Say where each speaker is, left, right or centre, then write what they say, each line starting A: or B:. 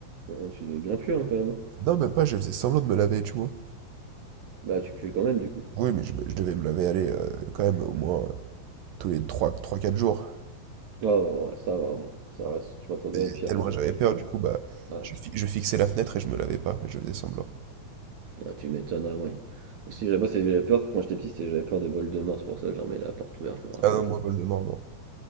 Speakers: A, on the right (about 60°); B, on the right (about 75°).
A: ah, tu devais bien puer, hein, quand même. hein.
B: Non, même pas, je faisais semblant de me laver, tu vois.
A: Bah, tu puais quand même, du coup.
B: Oui, mais je, me- je devais me laver, aller euh, quand même au moins euh, tous les trois quatre jours.
A: Ah, ouais, ouais, ouais, ça va, bon. Ça reste. Je m'attendais
B: Et
A: à pire,
B: tellement
A: mais bon.
B: j'avais peur, du coup, bah,
A: Ah,
B: je,
A: tu,
B: fi- je fixais la fenêtre et je me lavais pas, et je faisais semblant.
A: ah, tu m'étonnes, à moi. y a- Aussi, là-bas, c'est- j'avais peur, quand j'étais petit, c'était- j'avais peur des bols de mort, c'est pour ça que j'en mets la porte ouverte, je me rappelle.
B: Ah non, moi, Voldemort, non.